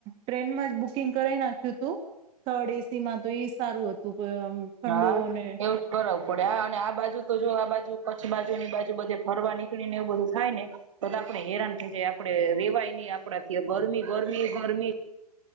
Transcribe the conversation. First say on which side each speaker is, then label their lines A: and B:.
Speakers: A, on the right; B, on the right.
A: ટ્રેનમાં જ બુકિંગ કરાવાઈ નાખ્યું હતું થર્ડ એસી માં તો એ સારું હતું. આમ ઠંડુ
B: હા
A: અને
B: એવું જ કરવું પડ્યા. આ બાજુ તો જો આ બાજુ કચ્છ બાજુ ની બાજુ બધે ફરવા નીકળી ને એવું બધું થાય ને તો તો આડણે હેરાન થઈ જાય આપડે રેવાય આપડા ગરમી, ગરમી, ગરમી.